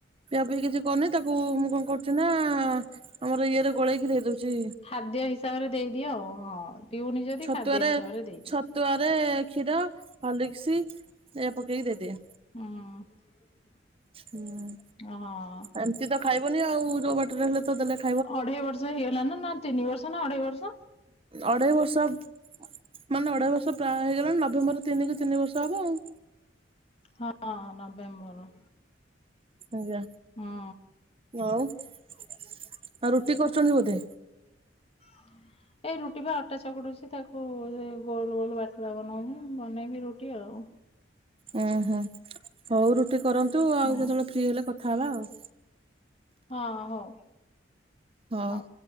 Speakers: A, on the right; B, on the left.
A: ପିଆପିଇ କିଛି କରୁନି ତାକୁ ମୁଁ କଣ କରୁଛି ନା ଆ ଆମର ଇଏରେ ଗୋଳେଇକି ଦେଇଦଉଚି
B: ଖାଦ୍ୟ ହିସାବରେ ଦେଇଦିଅ ହଁ ପିଉନି ଯଦି
A: ଛତୁଆରେ
B: ଖାଦ୍ୟ ହିସାବରେ ଦେଇଦିଅ।
A: ଛତୁଆରେ କ୍ଷୀର ହର୍ଲିକ୍ସଏଇଆ ପକେଇକି ଦେଇଦିଏ।
B: ହୁଁଉଁ।
A: ହୁଁଉଁ।
B: ଅ ହ ଅ
A: ଏମିତି ତ ଖାଇବନି ଆଉ ଯୋଉ ବାଟରେ ହେଲେ ତ ଦେଲେ ଖ
B: ଅଢ଼େଇ ବର୍ଷ ହେଇଗଲା ନା ନା ତିନି ବର୍ଷ ନା ଅଢେଇ ବର୍ଷ?
A: ଉଁ ଅଢ଼େଇ ବର୍ଷ। ମାନେ ଅଢ଼େଇ ବର୍ଷ ପ୍ରାୟ ହେଇଗଲାଣି ନଭେମ୍ବର ତିନି କି ତିନି ବର୍ଷ ହବ ଆଉ।
B: ହଁ ହଁ ନଭେମ୍ବର।
A: ଆଜ୍ଞା
B: ହୁଁ
A: ଆଉ ଆଉ ରୁଟି କରୁଚନ୍ତି ବୋଧେ?
B: ହଁ ଏଇ ରୁଟି ବା ଅଟା ଚକଡୁଛି ତାକୁ ଗୋଲ ଗୋଲ ବାଟୁଳା ବନଉଛି ବନେଇବି ରୁଟି ଆଉ।
A: ଉଁ ହୁଁ ହଉ ରୁଟି କରନ୍ତୁ ଆଉ
B: ହଁ
A: ଯେତେବେଳେ ଫ୍ରି ହେଲେ କଥା ହବା ଆଉ।
B: ହଁ ହଉ।
A: ହଁ।
B: ହଉ।